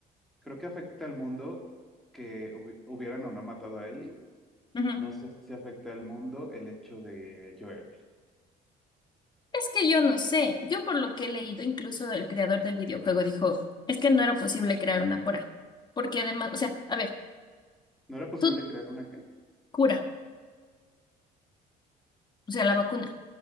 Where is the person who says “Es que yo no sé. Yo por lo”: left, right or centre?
Left